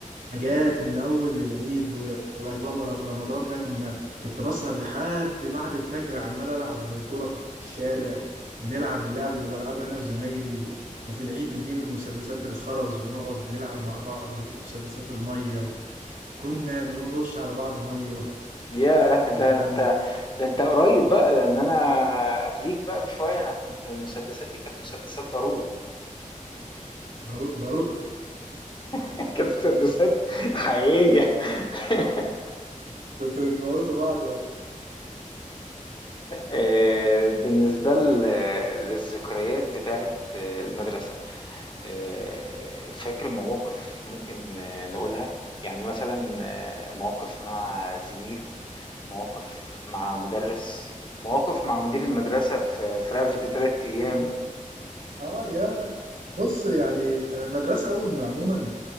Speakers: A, on the right; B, on the left.
A: حاجات من أول العيد و- وأجواء ور- رمضان ده كنا كنت بسهر لحد بعد الفجر عمال ألعب كورة في الشارع و- ونلعب اللعب اللي بلعبها أنا وزمايلي و- وفي العيد نجيب المسدسات الخرز ونقعد نلعب مع بعض ومسدسات المية وكنا بنرش على بعض مية <laughs> و-
B: ياه! ده
A: يعني
B: أنت
A: زي-
B: ده أنت قريب بقى، لأن أنا قبليك بقى بشوية، أنا كنت المسدسات دي كانت مسدسات بارود
A: بارو- باروت
B: <laughs> كانت مسدسات حقيقية <laughs>
A: <laughs> كنتوا بتموتوا بعض
B: آه، بالنسبة ل- للذكريات بتاعت المدرسة آآ، فاكر مواقف ممكن آه، نقولها؟ يعني مثلًا آه، مواقف مع زميل، مواقف مع مُدرِّس، مواقف مع مدير المدرسة في في رفد 3 أيام
A: اه يا بص يعني انا المدرسه اول ما عموما